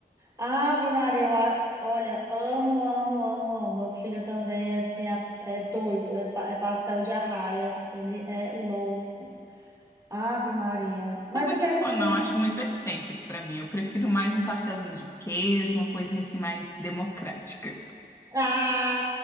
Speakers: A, on the right (about 20°); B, on the left (about 15°).
A: Ave Maria, eu a- olha, amo, amo, amo, amo. Meu filho também, assim, a- é doido, é, pa- é pastel de arraia. Ele é louco. Ave Maria. Mas
B: Não sou muito
A: o que é
B: fã,
A: que tem?
B: não. Acho muito excêntrico pra mim. Eu prefiro mais um pastelzinho de queijo, uma coisinha assim mais democrática.
A: Ah,